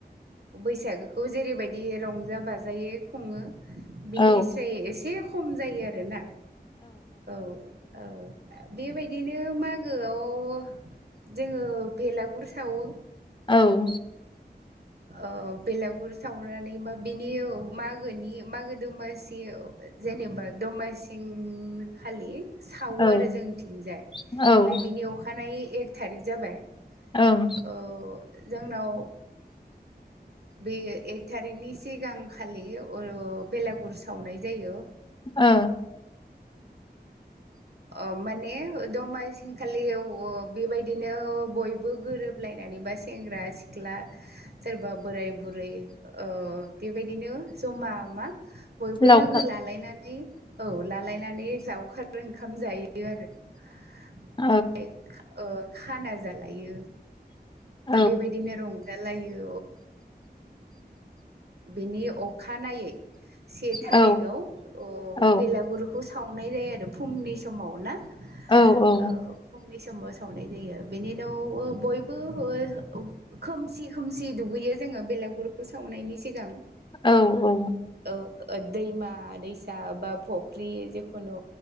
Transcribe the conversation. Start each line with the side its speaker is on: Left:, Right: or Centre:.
Right: बैसागोखौ जेरैबायदि रंजा बाजायै खुङो बिनिस्राय
Left: औ
Right: एसे खम जायो आरोना औ। औ बेबाय बिदिनो मागोआव जोङो बेलागुर सावो।
Left: औ।
Right: ओ बेलागुर सावनानै बा बिनि मागोनि मागो दंमासियाव जेनेबा दमासिं खालि सावो
Left: औ
Right: आरो जोंथिंजाय ओमफ्राय
Left: औ
Right: बिनि अखानायै एक थारिक जाबाय। ओ
Left: ओं
Right: जोंनाव बे एक थारिकनि सिगांखालि ओ बेलागुर सावनाय जायो।
Left: औ।
Right: अ माने दमासिनखालियाव बेबायदिनो बयबो गोरोब सलायनानै बा सेंग्रा सिख्ला सोरबा बोराय बुरै ओ बेबायदिनो जमा मा बयबो
Left: लावखार
Right: लोगो लालायनानै औ लालायनानै जाव फ्राय ओंखाम जायो आरो ओमफ्राय
Left: औ
Right: खा ओ खाना जालायो
Left: औ
Right: बेबायदिनो रं जालायो बिनि अखानायै से थारिखाव
Left: औ
Right: अ
Left: औ
Right: बेलागुरिखौ सावनाय जायो आरो फुंनि समाव ना।
Left: औ औ।
Right: ओ फुंनि समाव सावनाय जायो बेनि उनाव ओ बयबो <unintelligible> खोमसि खोमसि दुगैयो जोङो बेलागुरखौ सावनायनि सिगां।
Left: औ औ।
Right: औ ओ दैमा दैसा बा फुख्रि जेखुनु